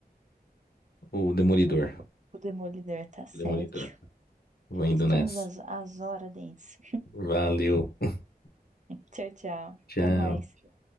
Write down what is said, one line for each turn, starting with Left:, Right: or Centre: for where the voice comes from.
Left: o Demolidor.
Right: O, o Demolidor tá certo.
Left: O Demolidor. Vou indo
Right: Estamos
Left: nessa.
Right: às, às horas, Dens.
Left: Valeu. <laughs>
Right: Tchau, tchau.
Left: Tchau.
Right: Até mais.